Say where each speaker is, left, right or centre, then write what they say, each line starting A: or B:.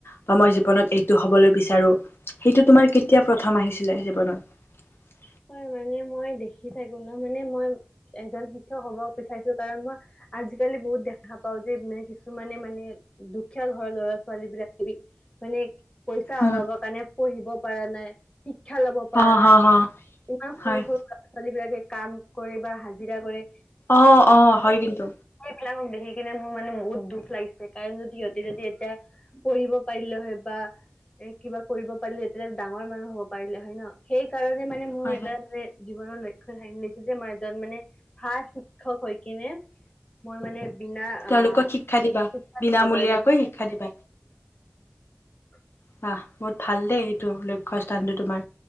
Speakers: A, on the left; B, on the left.
A: বা মই জীৱনত এইটো হবলৈ বিচাৰ আৰু সেইটো তোমাৰ কেতিয়া প্ৰথম আহিছিলে জীৱনত?
B: হয় মানে মই দেখি থাকো ন মানে মই এজন শিক্ষক হব বিচাৰিছো কাৰণ মই আজিকালি বহুত দেখা পাও যে মানে কিছুমানে মানে দুখীয়া ঘৰৰ লৰা ছোৱালী বিলাক মানে পইচাৰ
A: উম,
B: অভাৱৰ কাৰণে পঢ়িব পৰা নাই শি ক্ষা ল'ব পাৰা
A: অ',
B: নাই
A: হ, হ,
B: সৰু
A: হয়।
B: সৰু ল'ৰা ছোৱালীবিলাক কে কাম কৰে বা হাজিৰা কৰে।
A: অ অ হয় কিন্তু।
B: ক দেখি কিনে মোৰ মানে বহুত দুখ লাগিছে কাৰণ যদি সিহতে যদি এতিয়া পঢ়িব পাৰিলে হয় বা এ কিবা কৰিব পাৰিলে হয় তেতিয়া ডাঙৰ মানুহ হব পাৰিলে হয় ন। সেইকাৰণে মানে <unintelligible>
A: হয়, হয়
B: জীৱনৰ লক্ষ্য থানি লৈছো যে মই এজন মানে ভাল শিক্ষক হৈ কিনে মই মানে বিনা
A: তেওঁলোকক
B: আ
A: শিক্ষা দিবা
B: শিক্ষা
A: বিনামূলীয়াকৈ
B: গভাৰৰ্মেণ্ট
A: শিক্ষা দিবা।
B: <unintelligible>
A: বাহ বহুত ভাল দেই এইটো লক্ষ্য স্থানতো তোমাৰ,